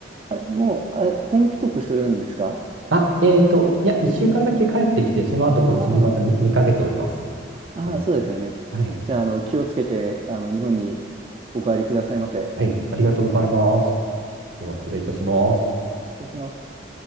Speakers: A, on the right; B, on the right.
A: あ、もう、あ、本帰国するんですか
B: あ、えっと、いや、一週間だけ帰ってきて、その後こっちにまたに2、
A: ああ、
B: ヶ月おります。
A: ああ、
B: うん
A: そうですよね。
B: はい。
A: じゃあ、あの、気をつけて、あの、日本にお帰りくださいませ。
B: はい、ありがとうございます。では失礼いたします。
A: 失礼します。